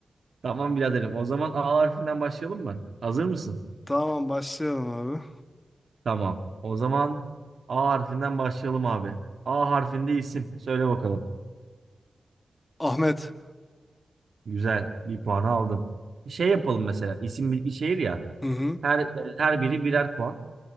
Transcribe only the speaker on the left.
Tamam başlayalım abi.
Ahmet.
Hı hı.